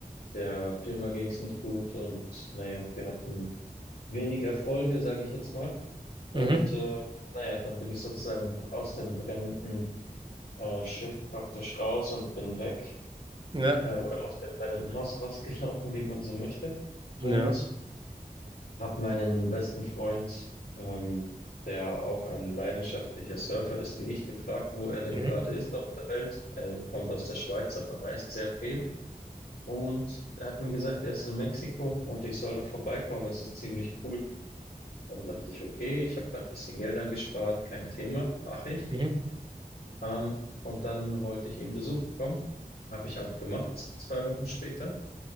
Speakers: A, on the left (about 85°); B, on the right (about 30°).
A: der Firma ging es nicht gut und naja, wir hatten wenig Erfolge, sage ich jetzt mal. Und
B: Mhm.
A: äh, naja, dann bin ich sozusagen aus dem brennenden äh, Schiff praktisch raus und bin weg.
B: Ja.
A: äh, oder aus dem brennenden Haus rausgelaufen, wie man so möchte. Und
B: Ja.
A: habe meinen besten Freund, ähm, der auch ein leidenschaftlicher Surfer ist wie ich, gefragt, wo er denn
B: Mhm.
A: gerade ist auf der Welt. Er kommt aus der Schweiz, aber reist sehr viel. Und er hat mir gesagt, er ist in Mexiko und ich soll da vorbeikommen. Es ist ziemlich cool. Dann dachte ich, okay, ich habe gerade ein bisschen Geld angespart, kein Thema, mache ich.
B: Mhm.
A: Ähm, und dann wollte ich ihn besuchen kommen. Habe ich auch gemacht, zwei Wochen später.